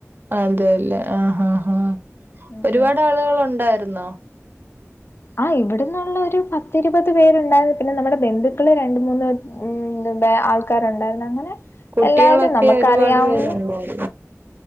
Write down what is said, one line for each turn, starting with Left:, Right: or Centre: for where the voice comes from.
Right: അതെ അല്ലേ ആഹ് ആഹ് ആഹ്
Left: ഉം
Right: ഒരുപാട്
Left: ഉം
Right: ആളുകൾ ഉണ്ടായിരുന്നോ
Left: ആഹ് ഇവിടന്നുള്ള ഒരു പത്തിരുപത് പേരുണ്ടായിരുന്നു പിന്നെ നമ്മുടെ ബന്ധുക്കള് രണ്ട് മൂന്ന് ഉം ഉണ്ട് ബേ ആൾക്കാര് ഉണ്ടായിരുന്നു അങ്ങനെ
Right: കുട്ടികളൊക്കെ
Left: എല്ലാരും നമുക്കറിയാവുന്ന
Right: ഒരുപാട് പേരെ കൊള്ളോ <inaudible>